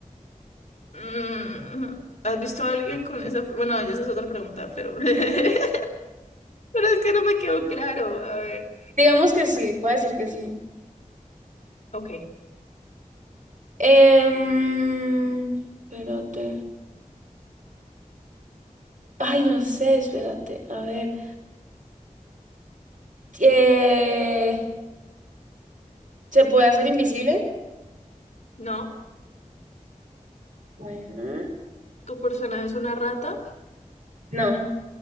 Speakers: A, on the left; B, on the right.
A: Mm. ¿Has visto a alguien con esa... Bueno, ya esa es otra pregunta, pero... <laughs> Pero es que no me quedó claro. A ver.
B: Digamos que sí, puedo decir que sí.
A: Ok.
B: Em, espérate. Ay, no sé, espérate. A ver. Eh, ¿se puede hacer invisible?
A: No.
B: Bueno.
A: ¿Tu personaje es una rata?
B: No.